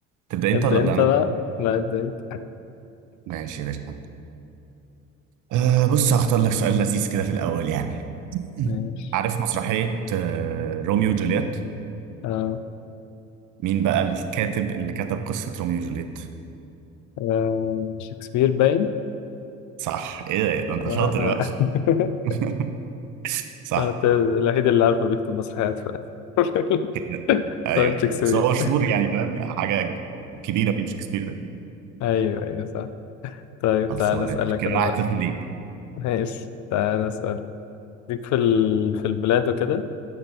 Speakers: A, on the right; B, on the left.
A: تبدا انت
B: ابدأ
A: ولا
B: انت
A: ابدا انا
B: بقى لا ابدأ انت
A: ماشي يا باشا أه بص هختار لك سؤال لذيذ كده في الاول يعني مم.
B: ماشي
A: عارف مسرحية آه، روميو وجولييت
B: آه.
A: مين بقى الكاتب اللي كتب قصة روميو وجولييت
B: آه. شكسبير باين
A: صح ايه ده إيه ده انت
B: لا
A: شاطر
B: آه.
A: بقى
B: <laughs>
A: <laughs> صح
B: آه، أنت الوحيد اللي عارفه بيكتب مسرحيات ف <laughs>
A: كده ايوه
B: فقلت شكسبير
A: بس هو مشهور يعني فاهم حاجة كبيرة من شكسبير ده
B: ايوه ايوه صح طيب
A: خلصانة
B: تعالى اسألك
A: يا باشا كده
B: انا
A: واحد
B: بقى
A: صفر ليك
B: ماشي تعالى اسأل ليك في ال... في البلاد وكده